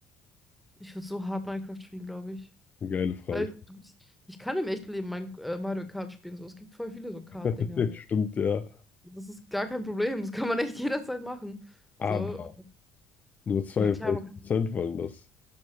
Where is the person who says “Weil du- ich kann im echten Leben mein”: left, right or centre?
Centre